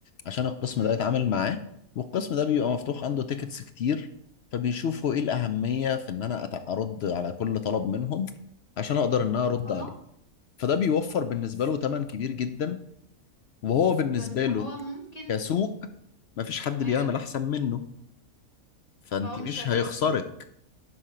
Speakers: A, on the left; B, on the left.
A: عشان القسم
B: امم
A: ده يتعامل معاه والقسم ده بيبقى مفتوح عنده تيكتس كتير فبيشوفوا ايه الأهمية في ان انا أت- ارد على كل طلب منهم عشان اقدر ان انا ارد
B: اه
A: عليه فده بيوفر بالنسبة له تمن كبير جدا وهو بالنسبة
B: بس ما
A: له
B: هو ممكن
A: كسوق مفيش حد
B: ايوه
A: بيعمل احسن منه فانت
B: فهو مش
A: مش
B: قلقان
A: هيخسرك